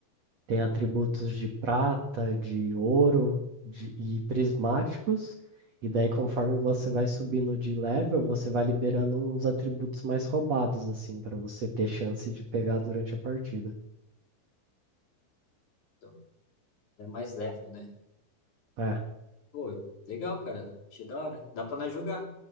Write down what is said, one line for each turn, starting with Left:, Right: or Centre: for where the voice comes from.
Right: tem atributos de prata, de ouro de, e prismáticos. E daí, conforme você vai subindo de level, você vai liberando uns atributos mais roubados, assim, para você ter chance de pegar durante a partida.
Left: Então, é mais leve, né?
Right: É,
Left: Pô, legal, cara. Achei da hora. Dá pra nós jogar.